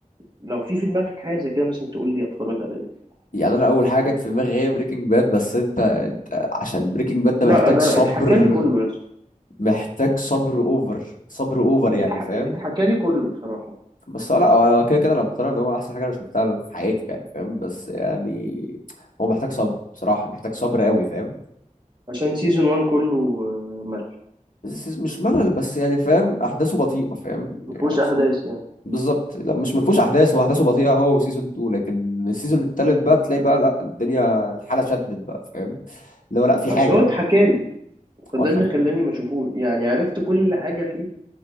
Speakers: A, on the right; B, on the left.
A: لو في في دماغك حاجه زي كده مثلا تقول لي اتفرج على ايه
B: يعني انا اول حاجه جت في دماغي هي بريكنج باد بس انت انت عشان بريكنج باد ده
A: لا
B: محتاج
A: انا
B: صبر
A: اتحكى لي كله يا اسطى
B: محتاج صبر اوفر صبر اوفر يعني
A: اتح...
B: فاهم
A: اتحكى لي كله بصراحه
B: بس هو لا هو كده كده انا مقتنع ان هو احسن حاجه انا شفتها في حياتي يعني فاهم بس يعني هو محتاج صبر بصراحه محتاج صبر قوي فاهم
A: عشان سيزون 1 كله آه، ملل
B: بس مش ملل بس يعني فاهم احداثه بطيئه فاهم يعني
A: ما فيهوش احداث يعني
B: بالظبط لا مش مفهوش احداث هو احداثه بطيئه هو وسيزون 2 لكن السيزون الثالث بقى تلاقي بقى لا الدنيا الحاله شدت بقى فاهم اللي هو لا في
A: بس
B: حاجه
A: هو اتحكالي فده
B: واضحه
A: اللي
B: ك-
A: خلاني ما اشوفوش يعني عرفت كل حاجه فيه